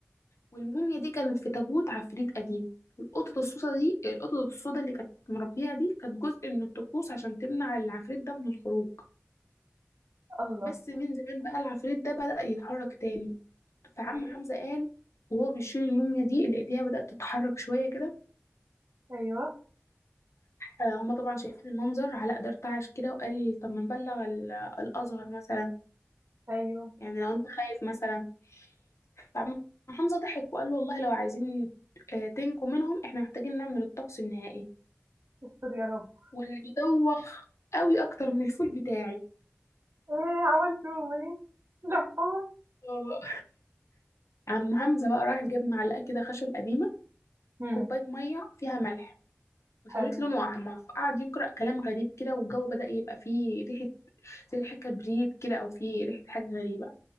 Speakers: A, on the left; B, on the right.
A: والموميا دي كانت في تابوت عفريت قديم القطط السودا دي القطط السودا اللي كانت مربيها دي كانت جزء من الطقوس عشان تمنع العفريت ده من الخروج
B: الله!
A: بس من زمان بقى العفريت ده بدأ يتحرك تاني فعم
B: إمم،
A: حمزة قال وهو بيشيل الموميا دي اللي ايديها بدأت تتحرك شوية كده
B: أيوه،
A: آه، هما طبعا شايفين المنظر علاء ده ارتعش كده وقال طب ما نبلغ ال- الأزهر مثلا
B: أيوه.
A: يعني لو انت خايف مثلا فعم حمزة ضحك وقال له والله لو عايزين آه، تنجوا منهم احنا محتاجين نعمل الطقس النهائي
B: استر يا رب.
A: واللي بيدوخ قوي اكتر من الفول بتاعي
B: إيه عملت فيهم إيه؟ لفّوهم؟
A: آه. عم حمزة بقى راح جاب معلقة كده خشب قديمة
B: إمم،
A: كوباية مية فيها ملح وشريط
B: حلو.
A: لونه احمر فقعد يقرا كلام غريب كده والجو بدا يبقى فيه ريحه زي ريحه كبريت كده او فيه ريحه حاجه غريبه